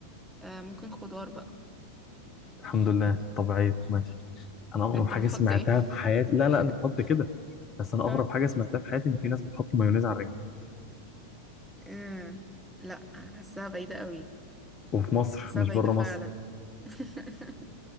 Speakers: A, in the centre; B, on the left.
A: آه ممكن خضار بقى
B: الحمد لله طبيعية ماشي انا اغرب
A: انت
B: حاجة
A: بتحط
B: سمعتها
A: ايه؟
B: في حياتي لا
A: <laughs>
B: لا انا بحط كده بس انا اغرب
A: اه
B: حاجة سمعتها في حياتي ان في ناس بتحط مايونيز على الرنجة
A: آه، لا حاساها بعيدة قوي
B: وفي مصر
A: حاساها
B: مش
A: بعيدة
B: بره
A: فعلا
B: مصر
A: <laughs>